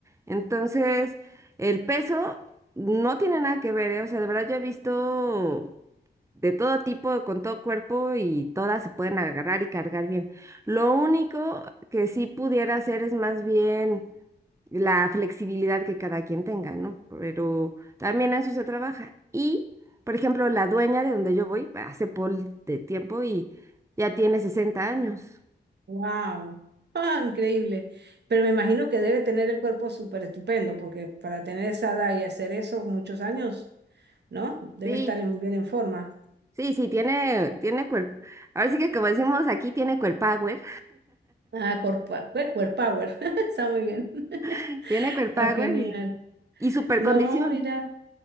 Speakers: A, on the right; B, on the right.
A: Entonces, el peso no tiene nada que ver, ¿eh? O sea, de verdad yo he visto de todo tipo, con todo cuerpo y todas se pueden agarrar y cargar bien. Lo único que sí pudiera hacer es más bien la flexibilidad que cada quien tenga, ¿no? Pero también a eso se trabaja. Y, por ejemplo, la dueña de donde yo voy, hace pol de tiempo y ya tiene sesenta años.
B: ¡Wow! <laughs> ¡Ah, increíble! Pero me imagino que debe tener el cuerpo súper estupendo, porque para tener esa edad y hacer eso muchos años, ¿no? Debe
A: Sí,
B: estar en- bien en forma.
A: sí, sí, tiene, tiene cuerpo. Ahora sí que como decimos aquí, tiene cuerpower,
B: Ah, Core Power, Power. <laughs> Está muy bien. <laughs>
A: <laughs> tiene cuerpower
B: Está genial.
A: y, y supercondición.
B: No, mira.